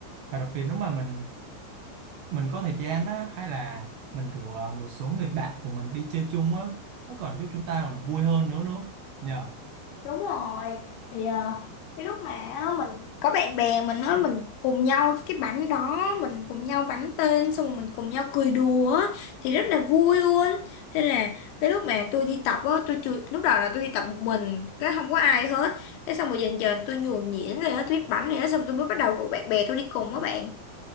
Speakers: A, on the right; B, on the left.
A: và đặc biệt lúc mà mình mình có thời gian đó hay là mình rủ ờ, một số người bạn của mình đi chơi chung á nó còn giúp chúng ta còn vui hơn nữa nữa nhờ
B: Đúng rồi thì ờ, cái lúc mà á, mình có bạn bè mình á mình cùng nhau cái bánh đó mình cùng nhau bắn tên xong rồi mình cùng nhau cười đùa á, thì rất là vui luôn thế là cái lúc mà tôi đi tập á tôi chưa lúc đầu là tôi đi tập một mình cái không có ai hết thế xong rồi dần dần tôi nhuần nhuyễn rồi á tôi biết bắn rồi á xong tôi mới bắt đầu rủ bạn bè tôi đi cùng á bạn